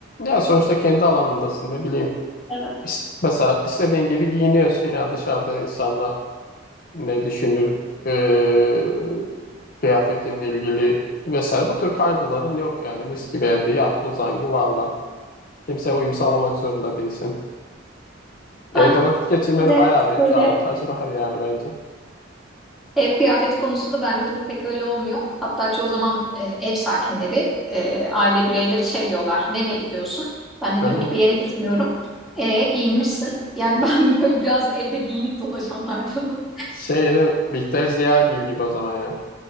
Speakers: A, on the left; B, in the centre.
A: Ya sonuçta kendi alanındasın ne bileyim.
B: Evet.
A: İs- Mesela istediğin gibi giyiniyorsun ya dışarıda insanlar ne düşünür, ee, kıyafetinle ilgili vesaire. Bu tür kaygıların yok yani mis gibi evde yat, uzan, yuvarlan. Kimseye uyum sağlamak zorunda değilsin. Evde
B: Ben
A: vakit geçirmenin
B: de
A: bayağı bir
B: böyle
A: avantajı <laughs> var yani bence.
B: Ev kıyafeti konusunda bende durum pek öyle olmuyor. Hatta çoğu zaman e, ev sakinleri, e, aile bireyleri şey diyorlar, nereye gidiyorsun? Ben de
A: Aha.
B: diyorum ki bir yere gitmiyorum. E, giyinmişsin. Yani ben <laughs> böyle biraz evde giyinik dolaşanlardanım.
A: Şey de Bihter Ziyagil gibi o zaman yani.